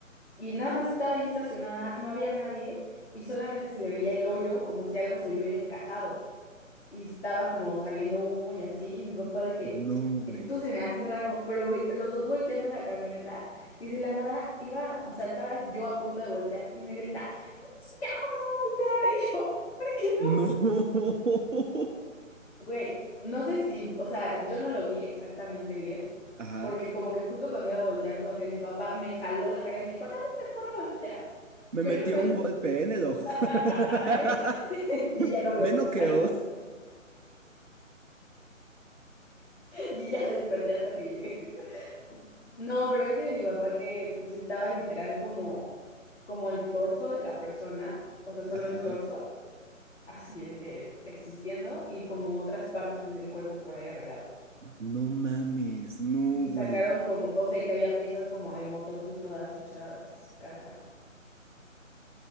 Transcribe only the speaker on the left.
y nada más estaba ahí estacionada, no había nadie y solamente se le veía el hoyo como si algo se le hubiera encajado y estaba como saliendo humo y así y mi papá de que
esto se me hace raro, pero güey, los dos volteando la camioneta y de la nada iba, o sea, estaba yo a punto de voltear y me grita, "¡No se te ocurra voltear y yo, ¿por qué no?
Güey, no sé si, o sea, yo no lo vi exactamente bien,
porque como que justo cuando iba a voltear, como que mi papá me jaló la cara y me dijo, no se te ocurra voltear,
pero
me...
<laughs>
Y ya no veo
bien. <laughs> Y ya desperté hasta que llegué. <laughs> No, pero dice mi papá que pues estaba literal como, como el torso de la persona, o sea, solo
el torso, así de que existiendo, y como otras partes del cuerpo por ahí regadas.
Y
sacaron como, o sea, que había piezas como de moto, pues todas hechas caca.